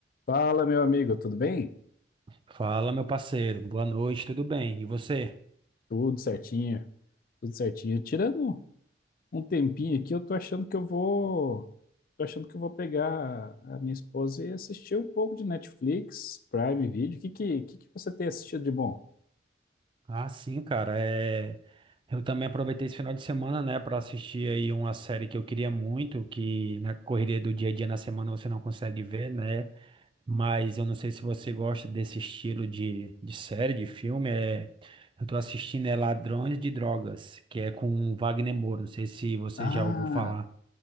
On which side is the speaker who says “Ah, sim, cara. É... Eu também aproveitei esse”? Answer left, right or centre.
Right